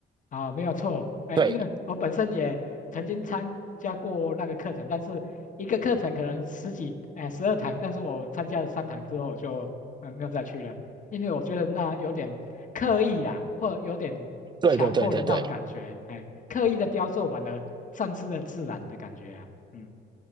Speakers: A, on the left; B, on the right.
A: 啊，没有错，哎，
B: 对，
A: 因为我本身也曾经参加过那个课程，但是一个课程可能十几，哎，十二堂，但是我参加了三堂之后，我就嗯没有再去了，因为我觉得那有点刻意啦，或有点强迫的那种感觉，
B: 对，对，对，对，对。
A: 哎，刻意的雕塑反而丧失了自然的感觉啊，嗯